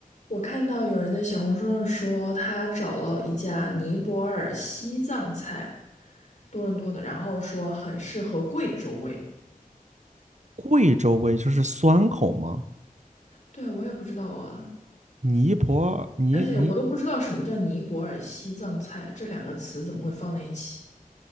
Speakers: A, on the left; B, on the right.
A: 我看到有人在小红书上说，他找了一家尼泊尔西藏菜，多伦多的，然后说很适合贵州味。
B: 贵州味就是酸口吗？
A: 对，我也不知道啊，
B: 尼泊尔，尼尼，
A: 而且我都不知道什么叫尼泊尔西藏菜，这两个词怎么会放在一起？